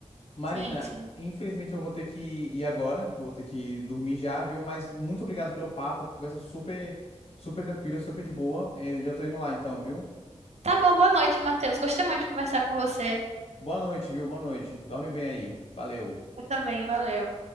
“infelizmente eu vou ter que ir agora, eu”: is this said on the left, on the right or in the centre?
Left